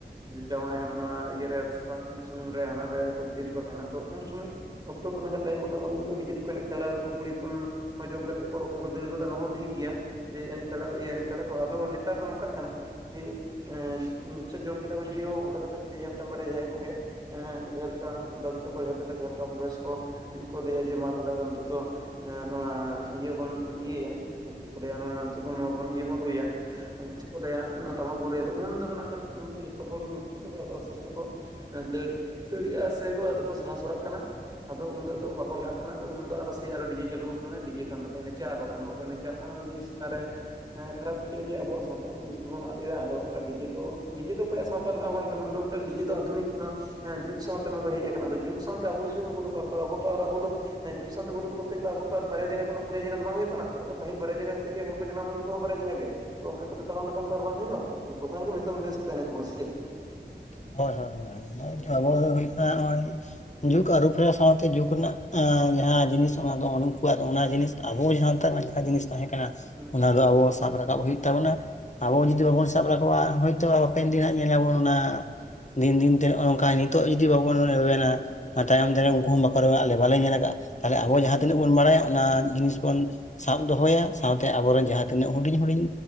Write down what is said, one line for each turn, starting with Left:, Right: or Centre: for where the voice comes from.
Right: ᱡᱟᱶᱟᱭ ᱦᱟᱱᱟ ᱱᱟᱶᱟ ᱤᱭᱟ ᱨᱮ ᱥᱟᱥᱟᱝ ᱥᱩᱱᱩᱢ ᱨᱮ ᱦᱟᱱᱟ ᱨᱮ ᱵᱷᱤᱲ ᱨᱮᱠᱚ ᱛᱟᱦᱮᱱᱟ ᱛᱚ ᱩᱱ ᱥᱚᱢᱚᱭᱼᱼ ᱚᱠᱛᱚ ᱩᱱᱟᱹᱜ ᱜᱟᱱ ᱴᱟᱭᱤᱢ ᱵᱟᱠᱚ ᱮᱢᱚᱜ ᱟ ᱩᱱᱫᱚ ᱫᱚ ᱰᱤᱡᱮ ᱛᱮᱠᱚ ᱮᱱᱮᱡ ᱦᱟᱛᱟᱣᱟ ᱩᱱᱫᱚ ᱠᱩᱲᱤ, ᱠᱷᱚᱱᱼᱼ ᱦᱚᱭ ᱡᱚᱢ ᱠᱟᱛᱮ ᱠᱚ ᱵᱟᱠᱷ ᱠᱚ ᱫᱟᱹᱲ ᱜᱚᱫᱟ ᱚᱱᱟ ᱦᱚᱸ ᱴᱷᱤᱠ ᱜᱮᱭᱟ᱾ ᱡᱮ ᱮᱱᱮᱡ ᱛᱟᱲᱟ ᱤᱭᱟᱹ ᱮᱱᱮᱡ ᱛᱟᱲᱟ ᱠᱚ ᱟᱫᱚ ᱱᱮᱛᱟᱨ ᱫᱚ ᱱᱚᱝᱠᱟᱜ ᱠᱟᱱᱟ ᱡᱮ ᱮᱸᱼᱼ ᱥᱮ ᱡᱚᱢ ᱠᱮᱫᱟ ᱠᱚ ᱡᱩᱫᱤᱣᱚ ᱚᱱᱠᱟ ᱠᱟᱛᱮ ᱡᱩᱫᱤ ᱢᱤᱫᱴᱟᱝ ᱵᱟᱨᱭᱟ ᱡᱟᱦᱟᱸᱭ ᱠᱚᱜᱮ, ᱡᱟᱦᱟ ᱞᱮᱠᱟ ᱫᱟᱹᱫᱩ ᱛᱟᱠᱚ ᱡᱟᱦᱟᱸ ᱛᱤᱱᱟᱹᱜ ᱡᱟᱦᱟᱸ ᱞᱮᱠᱟ ᱵᱚᱭᱚᱥ ᱠᱚ ᱡᱩᱫᱤ ᱠᱚ ᱞᱟᱹᱭᱟ ᱡᱮ ᱢᱟ ᱛᱟᱦᱞᱮ ᱟᱫᱚ ᱱᱤᱛᱚᱜ ᱫᱚᱼᱼ ᱱᱚᱣᱟ ᱤᱭᱟᱹ ᱵᱚᱱ ᱤᱭᱟᱹᱭᱟ ᱪᱮᱫ ᱠᱚ ᱞᱟᱹᱭᱟ ᱱᱚᱣᱟ ᱱᱤᱛᱚᱜ ᱤᱭᱟᱹ ᱵᱚᱱ ᱨᱩᱭᱟ? ᱪᱮᱫ ᱠᱚ ᱞᱟᱹᱭᱟ ᱱᱚᱣᱟ ᱴᱟᱢᱟᱠ ᱵᱚ ᱨᱩᱭᱟ ᱫᱚ ᱩᱱ ᱫᱚ ᱱᱟᱜ ᱠᱷᱟᱱ ᱩᱱ ᱫᱚ ᱡᱚᱛᱚ ᱦᱚᱲ ᱢᱤᱫ ᱛᱤ ᱠᱚᱼᱼ ᱫ ᱫᱟᱲᱮᱭᱟᱜᱼᱟ ᱥᱮ ᱟᱫᱚ ᱠᱚ ᱥᱟᱦᱟ ᱥᱚᱨᱟᱜ ᱠᱟᱱᱟ᱾ ᱟᱫᱚ ᱩᱱ ᱫᱚ ᱟᱫᱚ ᱵᱟᱠᱚ ᱞᱟᱦᱟᱜ ᱠᱟᱱᱟ ᱟᱫᱚ ᱩᱱᱫᱚ ᱟᱫᱚ ᱥᱮ ᱟᱨᱚ ᱰᱤᱡᱮ ᱪᱟᱹᱞᱩ ᱟᱠᱚ ᱢᱮ ᱰᱤᱡᱮ ᱠᱷᱟᱱ ᱫᱚᱠᱚ ᱮᱱᱮᱡᱟ ᱟᱨ ᱵᱟᱠᱷᱟᱱ ᱫᱚᱠᱚ ᱮᱱᱮᱡᱟ, ᱚᱱᱟ ᱠᱚ ᱡᱤᱱᱤᱥ ᱪᱮᱛᱟᱱ ᱨᱮᱼᱼ ᱦᱮᱸ ᱠᱷᱟᱨᱟᱯ ᱵᱩᱡᱷᱟᱹᱜᱼᱟ ᱡᱮ ᱟᱵᱚ ᱥᱟᱱᱛᱟᱞᱤ ᱡᱤᱱᱤᱥ ᱫᱚ ᱵᱚᱱ ᱟᱫ ᱮᱫᱟ ᱟᱫᱚ ᱚᱱᱠᱟ ᱰᱤᱡᱮ ᱫᱚ ᱰᱤᱡᱮ ᱫᱚ ᱚᱠᱚᱭᱟᱜᱼᱼ ᱥᱟᱶᱛᱟ ᱨᱮᱱᱟᱜ ᱦᱚ ᱵᱟᱝ ᱠᱟᱱᱟ ᱟᱫᱚ ᱢᱤᱫᱴᱮᱱ ᱰᱤᱡᱮ ᱫᱚ ᱟᱫᱷᱩᱱᱤᱠ ᱠᱟᱱᱟᱼᱼ ᱦᱮᱸ ᱡᱩᱜᱽ ᱥᱟᱶᱛᱮ ᱱᱚᱣᱟ ᱫᱚ ᱦᱮᱡ ᱟᱠᱟᱱᱟ ᱟ ᱡᱩᱜᱽ ᱥᱟᱶᱛᱮ ᱟᱵᱚ ᱡᱩᱫᱤ ᱵᱚᱱ ᱵᱚᱫᱚᱞᱚᱜᱼᱟ ᱛ ᱟᱵᱚ ᱟᱵᱚ ᱛᱚ ᱦᱮᱸ ᱡᱩᱜᱽ ᱥᱟᱱᱛᱮ ᱵᱚᱫᱚᱞ ᱠᱚᱛᱮ ᱜᱮᱞᱮ ᱟᱨ ᱵᱟᱨᱭᱟ ᱡᱟᱜᱟ ᱠᱷᱚᱱ ᱯᱩᱱᱭᱟ ᱡᱟ ᱜᱟ ᱫᱚ ᱵᱟᱝ ᱦᱩᱭᱩᱜ ᱠᱟᱱᱟ ᱞᱟᱦᱟ ᱛᱮᱼᱼ ᱯᱟᱹᱦᱤᱞ ᱵᱟᱨᱭᱟ ᱡᱟᱸᱜᱟ ᱠᱟᱛᱮ ᱜᱮ ᱦᱚᱲ ᱠᱚ ᱡᱟᱱᱟᱢ ᱞᱮᱱᱟ ᱱᱤᱛᱳᱜ ᱦᱚ ᱵᱟᱨᱭᱟ ᱡᱟᱸᱜᱟ ᱜᱮ᱾ ᱛᱚ ᱚᱱᱠᱟ ᱠᱟᱛᱮ ᱛᱟᱲᱟᱢ ᱞᱮᱠᱷᱟᱱ ᱛᱚ ᱟᱨ ᱵᱟᱝ ᱦᱩᱭᱩᱜᱼᱟ ᱡᱚᱛᱚ ᱥᱟᱝ ᱜᱮ ᱢᱮᱥᱟᱞ ᱢᱤᱞᱟᱹ ᱥᱮ ᱛᱟᱦᱮᱱ ᱦᱳᱭᱳᱜ ᱛᱟᱵᱚᱱᱟ ᱥᱮ ᱪᱮᱫ?
Left: ᱦᱳᱭ ᱦᱳᱭ ᱦᱳᱭ
Right: ᱦᱩᱸ
Left: ᱟᱵᱚᱣᱟᱜ ᱫᱚ ᱦᱩᱭᱩᱜ ᱠᱟᱱᱟ ᱱᱚᱜᱼᱚᱭ ᱡᱩᱜᱽ ᱟᱹᱨᱩᱯᱷᱮᱨᱟᱣ ᱥᱟᱶᱛᱮ ᱡᱩᱜᱽ ᱨᱮᱱᱟᱜᱼᱼ
Right: ᱦᱩᱸ
Left: ᱡᱟᱦᱟᱸ ᱡᱤᱱᱤᱥ ᱚᱱᱟ ᱫᱚ ᱩᱱᱠᱩᱣᱟᱜ ᱚᱱᱟ ᱡᱤᱱᱤᱥ ᱟᱵᱚ ᱥᱟᱶᱛᱟ ᱨᱮᱱᱟᱜ ᱡᱟᱦᱟᱸ ᱡᱤᱱᱤᱥ ᱛᱟᱦᱮᱸ ᱠᱟᱱᱟ᱾
Right: ᱦᱩᱸ
Left: ᱚᱱᱟ ᱟᱵᱚ
Right: ᱦᱩᱸ
Left: ᱥᱟᱵ ᱨᱟᱠᱟᱵ ᱦᱩᱭᱩᱜ ᱛᱟᱵᱚᱱᱟ ᱟᱵᱚ
Right: ᱦᱩᱸ
Left: ᱡᱩᱫᱤ ᱵᱟᱵᱚᱱ ᱥᱟᱵ ᱨᱟᱠᱟᱵᱟᱼᱼ ᱦᱟᱯᱮᱱ ᱫᱤᱱ ᱦᱟᱸᱜ ᱧᱮᱞᱟᱵᱚᱱ ᱚᱱᱟ ᱫᱤᱱ ᱫᱤᱱ ᱛᱮ ᱱᱚᱜᱼᱚ ᱱᱚᱝᱠᱟ ᱱᱤᱛᱚᱜ ᱡᱩᱫᱤ ᱵᱟᱵᱚᱱ ᱮᱵᱷᱮᱱᱟ᱾ ᱛᱟᱭᱚᱢ
Right: ᱦᱩᱸ
Left: ᱫᱟᱨᱟᱢ ᱩᱱᱠᱩ ᱦᱚᱸ ᱵᱟᱠᱚ ᱨᱟ ᱵᱟᱞᱮ ᱧᱮᱞ ᱠᱟᱜᱼᱟ ᱛᱟᱦᱮᱞᱮ ᱟᱵᱚ ᱡᱟᱦᱟᱸ
Right: ᱦᱩᱸ
Left: ᱛᱤᱱᱟᱹᱜ
Right: ᱦᱩᱸ ᱦᱩᱸ
Left: ᱵᱚᱱ ᱵᱟᱲᱟᱭᱟ ᱚᱱᱟ ᱡᱤᱱᱤᱥ ᱵᱚᱱᱼᱼ ᱥᱟᱵ ᱫᱚᱦᱚᱭᱟ ᱥᱟᱶᱛᱮ ᱟᱵᱚ
Right: ᱦᱩᱸ
Left: ᱨᱮᱱ
Right: ᱦᱩᱸ
Left: ᱡᱟᱦᱟᱸ ᱛᱤᱱᱟᱹᱜ ᱦᱩᱰᱤᱧ ᱦᱩᱰᱤᱧ